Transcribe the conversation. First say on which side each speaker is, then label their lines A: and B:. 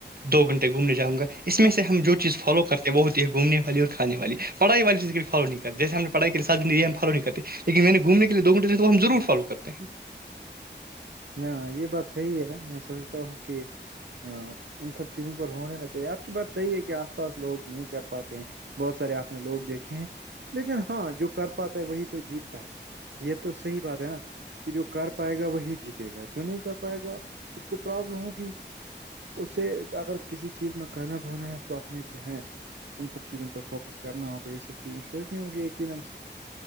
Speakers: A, on the right (about 55°); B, on the right (about 70°).
A: دو گھنٹے گھومنے جاؤ گا اس میں سے ہم جو چیز فالو کرتے ہیں وہ ہوتی گومنے والی اور کھانے والی پڑھائی والی چیز کی فالو نہیں کرتے جیے ہم نے پڑائی کے سات فالو نہیں کرتے لن میں نے گھنے کے لی دو گنے تو ہم ضرور فالو کرتے ہیں
B: ہ یہ بات صحی ہے میں سمجھتا ہوں کہ ہاں ان سب چیزوں پر ہونا نہ چاہیے آپ کی بات صحیح ہے کہ آس پاس لوگ نہیں کر پاتے ہیں بہت سارے آپ نے لوگ دیکھے ہیں لیکن ہاں جو کر پاتا ہے وہی تو جیتتا ہے یہ تو صحیح بات ہے نا کہ جو کر پائے گا وہی جیتے د ہے جو نہیں کر پائے گا اس کو پرابلم ہوگی اسے اگر کسی چیز میں کامیاب ہونا ہے تو اپنے جو ہے چیزوں پر فوکس کرنا ہوگا یہ سب چیزیں سوچ نہیں ہوگی یقینا